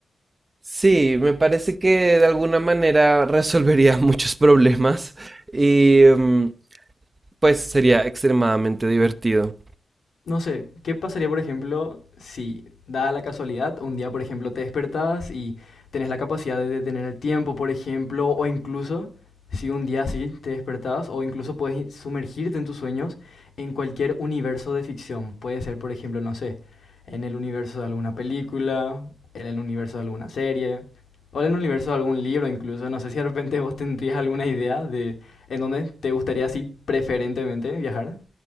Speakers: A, on the right; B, on the left.
A: sí, me parece que de alguna manera resolvería <laughs> muchos problemas y mm, pues sería extremadamente divertido.
B: No sé, ¿qué pasaría, por ejemplo, si, dada la casualidad, un día, por ejemplo, te despertás y tenés la capacidad de detener el tiempo, por ejemplo, o incluso si un día sí te despertás, o incluso puedes i- sumergirte en tus sueños en cualquier universo de ficción? Puede ser, por ejemplo, no sé, en el universo de alguna película, en el universo de alguna serie, o en el universo de algún libro, incluso. No sé si de repente vos tendrías alguna idea de en dónde te gustaría, así, preferentemente viajar.